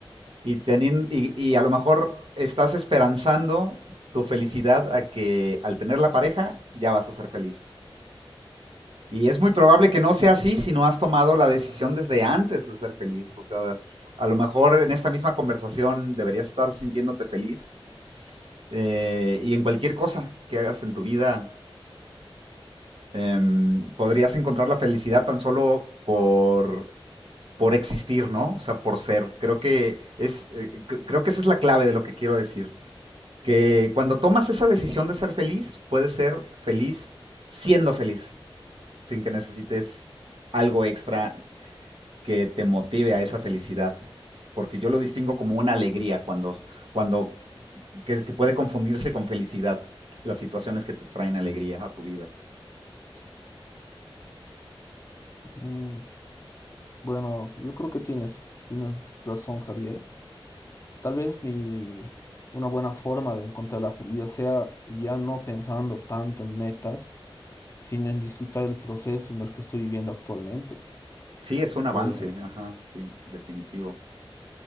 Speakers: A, on the right (about 70°); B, on the left (about 30°).
A: Y, teniendo, y, y a lo mejor estás esperanzando tu felicidad a que al tener la pareja ya vas a ser feliz. Y es muy probable que no sea así si no has tomado la decisión desde antes de ser feliz. O sea, a lo mejor en esta misma conversación deberías estar sintiéndote feliz. Eh, y en cualquier cosa que hagas en tu vida, eh, podrías encontrar la felicidad tan solo por, por existir, ¿no? O sea, por ser. Creo que, es, eh, creo que esa es la clave de lo que quiero decir. que cuando tomas esa decisión de ser feliz, puedes ser feliz siendo feliz, sin que necesites algo extra que te motive a esa felicidad. Porque yo lo distingo como una alegría cuando, cuando que, que puede confundirse con felicidad las situaciones que te traen alegría a tu vida.
B: Mm, bueno, yo creo que tienes, tienes razón, Javier. Tal vez mi, una buena forma de encontrar la felicidad sea ya no pensando tanto en metas, sino en disfrutar el proceso en el que estoy viviendo actualmente.
A: Sí, es un
B: Eh,
A: avance, ajá, sí, definitivo.